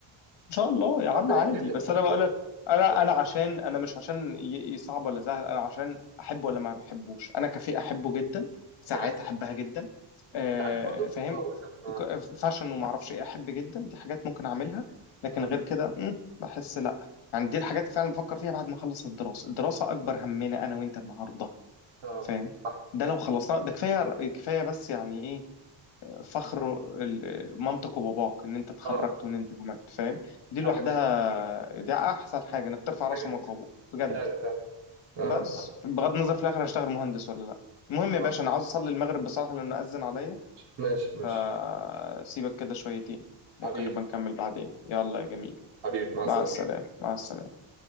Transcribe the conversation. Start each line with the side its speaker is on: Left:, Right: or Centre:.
Left: ان شاء الله
Right: شاء
Left: يا
Right: الله
Left: عم
Right: ربنا
Left: عادي
Right: يكرمنا
Left: بس
Right: فيه
Left: انا بقول
Right: و...
Left: لك انا
Right: آه.
Left: انا عشان انا مش عشان ي- ي- صعب ولا سهل انا عشان احب ولا ما بحبوش انا كافيه احبه جدا ساعات
Right: انت عارف
Left: احبها جدا آه،
Right: انت عارف برضه
Left: فاهم
Right: اه قول كم اه
Left: ك- فاشن وما اعرفش ايه احب جدا دي حاجات ممكن اعملها لكن
Right: مم.
Left: غير كده مم، بحس لا يعني دي الحاجات فعلا بفكر فيها بعد ما اخلص من الدراسه الدراسه اكبر همنا انا وانت النهارده
Right: اه
Left: فاهم
Right: صح
Left: ده لو خلصنا ده كفايه كفايه بس يعني ايه فخر ال- مامتك وباباك ان انت اتخرجت
Right: اه
Left: وان انت عملت فاهم دي لوحدها
Right: حاجه جميله
Left: دي احسن حاجه انك ترفع راس
Right: حاجه جميله
Left: امك وابوك بجد
Right: فعلا فعلا اه
Left: بس بغض النظر في الاخر هشتغل مهندس ولا لا المهم يا
Right: صح
Left: باشا انا عاوز اصلي المغرب بصراحه لانه اذن عليا
Right: ماشي ماشي ماشي.
Left: فسيبك كده شويتين ممكن
Right: حبيبي
Left: نبقى نكمل بعدين يلا يا جميل
Right: حبيبي مع
Left: مع
Right: السلامه
Left: السلامه مع السلامه